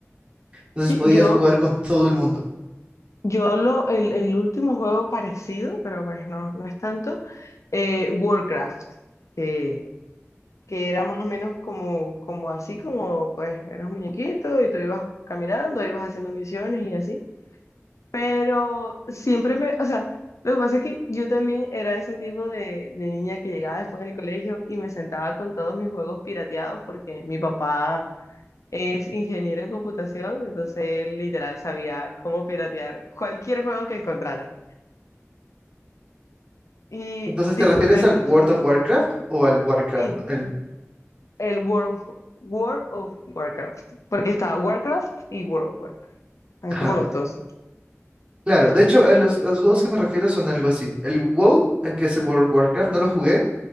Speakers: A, on the right; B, on the left.
A: Entonces
B: Sí,
A: podías
B: yo,
A: jugar con todo el mundo.
B: yo lo, el, el último juego parecido, pero pues no, no es tanto, eh, Warcraft, que, que era más o menos como, como así, como pues eras un muñequito y tú ibas caminando, ibas haciendo misiones y así. Pero siempre me, o sea, lo que pasa es que yo también era ese tipo de, de niña que llegaba después del colegio y me sentaba con todos mis juegos pirateados porque mi papá es ingeniero en computación, entonces él literal sabía cómo piratear cualquier juego que encontrara. Y
A: Entonces,
B: disfruté
A: ¿te refieres al
B: mucho,
A: World of Warcraft o al Warcraft?
B: sí,
A: No, El-
B: el World, of- World of Warcraft, porque estaba Warcraft y World of Warcraft, están
A: Ajá.
B: como los dos,
A: Claro, de hecho, a los, a los juegos que me refiero son algo así. El WoW, el que es el World of Warcraft, no lo jugué